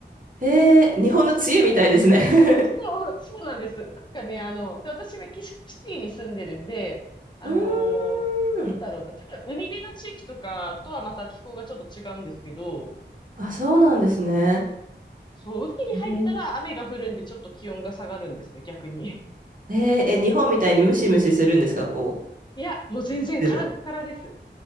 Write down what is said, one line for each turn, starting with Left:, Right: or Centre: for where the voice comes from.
Right: えー、日本の梅雨みたいですね <laughs>
Left: そう、そうなんです。なんかね、あの、で私、メキシコシティに住んでるんで、あのー
Right: うーん。
Left: なんだろうな、結構海辺の地域とかとはまた気候がちょっと違うんですけど、
Right: あ、そうなんですね。
Left: なんかです。そう、雨季に入ったら雨が降るんで、
Right: えー、
Left: ちょっと気温が下がるんですね、逆に。
Right: えーえ日本みたいにムシムシするんですか、こう、
Left: いや、もう全然カラッカラです。
Right: 湿度。